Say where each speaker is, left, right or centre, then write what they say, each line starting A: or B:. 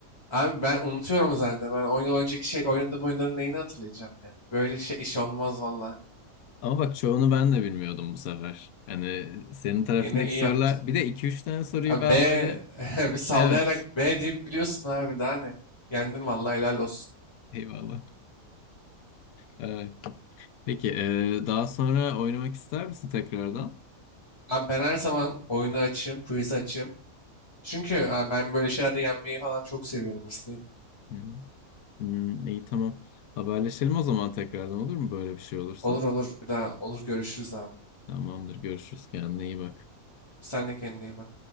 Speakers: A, on the left (about 20°); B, on the left (about 75°).
A: Abi ben unutuyorum zaten. Ben 10 yıl önceki şey oynadığım oyunların neyini hatırlayacağım ya. Böyle şey iş olmaz valla.
B: Ama bak çoğunu ben de bilmiyordum bu sefer. Hani senin tarafındaki
A: Yine iyi
B: sorular
A: yaptın.
B: bir de iki üç tane soruyu
A: Abi
B: ben
A: B
B: böyle
A: <laughs> bir sallayarak
B: evet
A: B diye biliyorsun abi daha ne. Yendin valla helal olsun.
B: eyvallah. Evet. Peki, eee, daha sonra oynamak ister misin tekrardan?
A: Abi ben her zaman oyunu açayım, quiz'i açayım. Çünkü abi ben böyle şeylerde yenmeyi falan çok seviyorum hırslıyım.
B: Hı. Hmm, iyi tamam. Haberleşelim o zaman tekrardan olur mu böyle bir şey olursa?
A: Olur olur bir daha olur görüşürüz abi.
B: Tamamdır, görüşürüz. Kendine iyi bak.
A: Sen de kendine iyi bak.